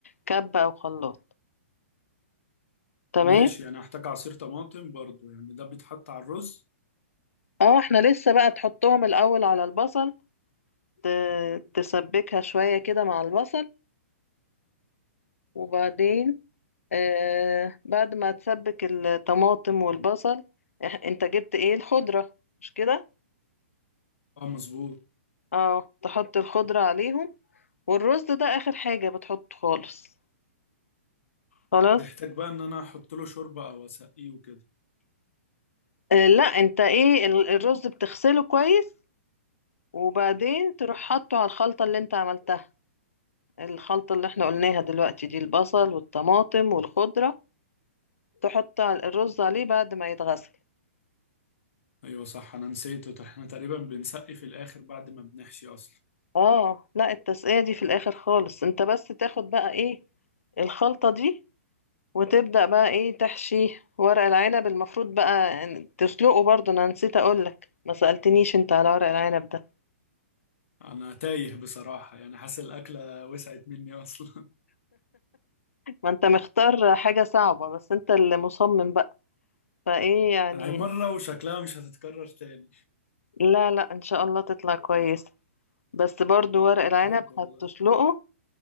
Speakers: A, on the left (about 85°); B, on the left (about 70°).
A: كب او خلاط تمام
B: ماشي يعني هحتاج عصير طماطم برضو يعني ده بيتحط على الرز
A: اه احنا لسه بقى تحطهم الاول على البصل ت- تسبكها شوية كده مع البصل وبعدين آه بعد ما تسبك الطماطم والبصل إح- انت جبت ايه الخضرة مش كده
B: اه مظبوط
A: اه تحط الخضرة عليهم والرز ده اخر حاجة بتحطه خالص خلاص
B: بيحتاج بقى ان انا احط له شوربة او اسقيه وكده
A: آه لا انت ايه ال- الرز بتغسله كويس وبعدين تروح حاطه على الخلطة اللي انت عملتها الخلطة اللي احنا قلناها دلوقتي دي البصل والطماطم والخضرة تحط على- الرز عليه بعد ما يتغسل
B: ايوه صح انا نسيته احنا تقريبا بنسقي في الاخر بعد ما بنحشي اصلا
A: اه لا التسقية دي في الاخر خالص انت بس تاخد بقى ايه الخلطة دي وتبدأ بقى ايه تحشي ورق العنب المفروض بقى ان- تسلقه برضه انا نسيت اقولك ما سألتنيش انت على ورق العنب ده
B: انا تايه بصراحة يعني حاسس الاكلة وسعت مني اصلا
A: ما انت مختار حاجة صعبة بس انت اللي مصمم بقى فايه
B: <laughs>
A: يعني
B: هي مرة وشكلها مش هتتكرر تاني
A: لا لا ان شاء الله تطلع كويس بس برضو ورق العنب
B: يا رب والله
A: هتسلقه